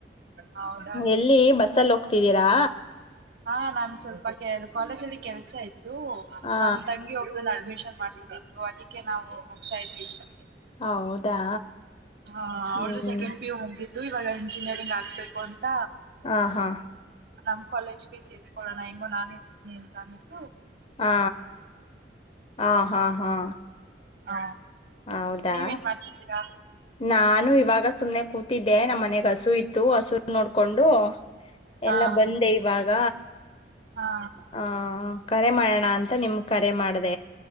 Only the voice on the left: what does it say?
ಎಲ್ಲಿ ಬಸ್ಸಲ್ಲಿ ಹೋಗ್ತಿದ್ದೀರಾ
ಹಾ
ಹೌದಾ
ಹ್ಮ್
ಹಾ ಹಾ
ಹಾ ಹಾ ಹಾ ಹಾ
ಹೌದಾ
ನಾನು ಇವಾಗ ಸುಮ್ನೆ ಕೂತಿದ್ದೆ ನಮ್ಮ ಮನೆಗ್ ಹಸು ಇತ್ತು ಹಸು ನೋಡ್ಕೊಂಡು
ಎಲ್ಲ ಬಂದೆ ಇವಾಗ
ಹ ಕರೆ ಮಾಡೋಣ ಅಂತ ನಿಮ್ ಕರೆ ಮಾಡ್ದ